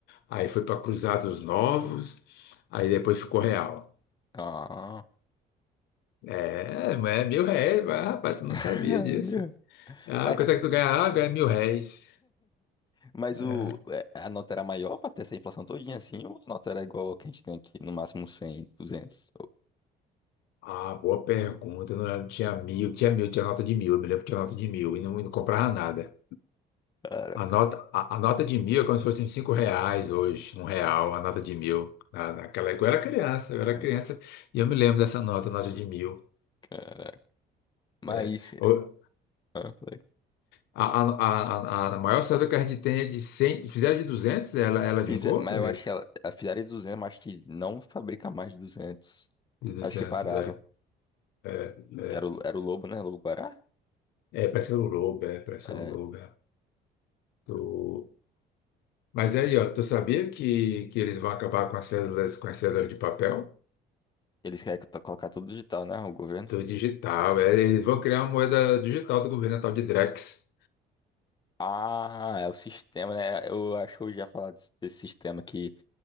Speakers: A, on the left; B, on the left.
A: Aí foi para Cruzados Novos. Aí depois ficou real.
B: ah.
A: É, mas é mil réis. mas, Rapaz, tu
B: <laughs>
A: não sabia disso.
B: Meu.
A: Ah,
B: Mas,
A: quanto é que tu ganha? Ah, ganha mil réis.
B: mas
A: É,
B: o, é, a nota era maior pra ter essa inflação todinha assim, ou a nota era igual a que a gente tem aqui, no máximo 100, 200? Oh,
A: Ah, boa pergunta. Eu não lembro. Tinha mil, tinha mil, tinha nota de mil. Eu me lembro que tinha nota de mil e não, e não comprava nada.
B: Caraca.
A: A nota, a, a nota de mil é como se fosse cinco reais hoje, um real, a nota de mil. Na, naquela época eu era criança, eu era
B: Hum,
A: criança e eu me lembro dessa nota, nota de mil.
B: Caraca. Mas,
A: É,
B: é,
A: o-
B: ah, falei.
A: a, a, a, a a maior saída que a gente tem é de 100, fizeram de 200, ela, ela vingou?
B: Fiz- mas eu
A: É,
B: acho que ela, a fizeram de 200, mas acho que não fabrica mais de 200.
A: De 200.
B: Acho que pararam.
A: é. É,
B: Que era o, era o Lobo, né? Lobo Guará?
A: é, é, parece que era o Lobo, é, parece
B: É,
A: que era o Lobo. É. Mas aí, ó, tu sabia que, que eles vão acabar com as cédulas, com as cédulas de papel?
B: eles querem co- colocar tudo digital, né? O governo.
A: Tudo digital, é, eles vão criar uma moeda digital do governo a tal de Drex.
B: Ah, é o sistema, né? Eu acho que eu já falar desse, desse sistema que